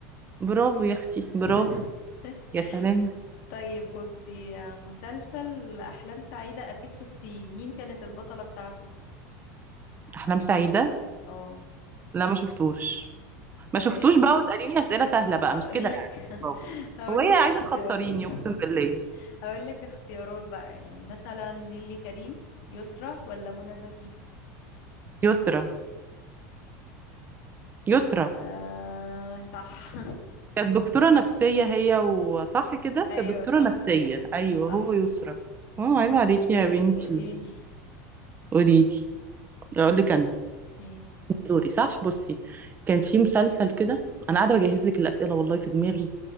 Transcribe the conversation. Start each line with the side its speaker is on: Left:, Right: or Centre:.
Right: برافو يا اختي برافو
Left: <laughs>
Right: يا سلام
Left: طيب بصي آه، مسلسل أحلام سعيدة أكيد شفتيه مين كانت البطلة بتاعته؟
Right: احلام سعيده
Left: اه
Right: لا ما شفتوش
Left: طيب
Right: ما شفتوش بقى واساليني اسئله سهله بقى
Left: هقولك
Right: مش كده يعني
Left: <laughs> هقولك
Right: هو ايه عايزه
Left: اختيار
Right: تخسريني اقسم
Left: <laughs>
Right: بالله
Left: هقول لك اختيارات بقى يعني مثلا نيلي كريم يسرا ولا منى زكي
Right: يسرا يسرا
Left: آه صح
Right: كانت دكتوره نفسيه هي وصح
Left: <laughs>
Right: كده
Left: ايوه
Right: كانت دكتوره
Left: صح
Right: نفسيه ايوه
Left: صح
Right: هو يسرا اه عيب عليكي
Left: طيب
Right: يا بنتي
Left: قوليلي
Right: قولي لي اقول لك انا
Left: ماشي
Right: دوري صح بصي كان في مسلسل كده انا قاعده بجهز لك الاسئله والله في دماغي